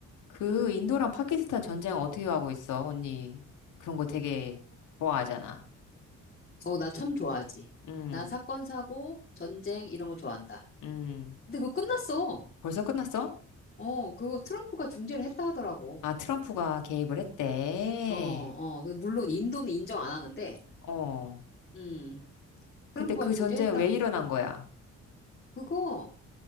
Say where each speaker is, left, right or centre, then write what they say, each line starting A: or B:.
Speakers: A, on the left; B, on the left.
A: 그 인도랑 파키스탄 전쟁 어떻게 하고 있어? 언니 그런 거 되게 좋아하잖아.
B: 어, 나 참 좋아하지.
A: 음,
B: 나 사건, 사고, 전쟁, 이런 거 좋아한다.
A: 음.
B: 근데 그거 끝났어.
A: 벌써 끝났어?
B: 어, 그거 트럼프가 중재를 했다 하더라고.
A: 아, 트럼프가 개입을 했대.
B: 어, 어. 근데 물론 인도는 인정 안 하는데,
A: 어.
B: 음, 트럼프가
A: 근데 그
B: 중재했다.
A: 전쟁 왜 일어난 거야?
B: 그거,